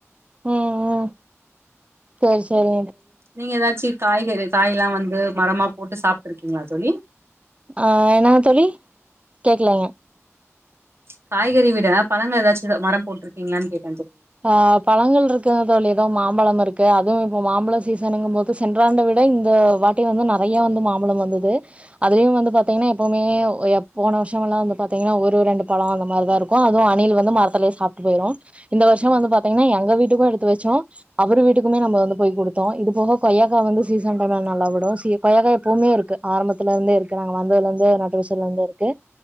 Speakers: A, on the right; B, on the right.
A: ம் ம் சேரி சேரி
B: நீங்க எதாச்சி காய்கறி காய்லா வந்து
A: <unintelligible>
B: மரமா போட்டு சாப்ட்டுருக்கீங்களா தோழி
A: அஹ் என்னங்க தோழி கேக்கலைங்க
B: ச் காய்கறி விட பழங்க ஏதாச்சுத மரம் போட்ருக்கீங்களானு கேட்
A: ஆஹ் பழங்கள் இருக்குங்க தோழி ஏதோ மாம்பழம் இருக்கு. அதுவும் இப்போ மாம்பழோ சீசனுங்கும் போது சென்றாண்ட விட இந்த வாட்டி வந்து நெறைய வந்து மாம்பழம் வந்தது. அதுலயு வந்து பாத்தீங்கன்னா எப்பவுமே எப் போன வருஷமெல்லா வந்து பாத்தீங்கன்னா ஒரு ரெண்டு பழோ அந்த மாரிதா இருக்கு. அதுவு அணில் வந்து மரத்திலே சாப்ட்டு போயிரு. இந்த வருஷோ வந்து பாத்தீங்கன்னா எங்க வீட்டுக்கும் எடுத்து வச்சோ. அவரு வீட்டுக்குமே நம்ம வந்து போய் குடுத்தோ. இது போக கொய்யாக்கா வந்து சீசன் டைம்ல நல்லா விடு. சி கொய்யாக்கா எப்பவுமே இருக்கு. ஆரம்பத்துல இருந்தே இருக்கு. நாங்க வந்ததுல இருந்தே நட்டு வச்சதுல இருந்து இருக்கு.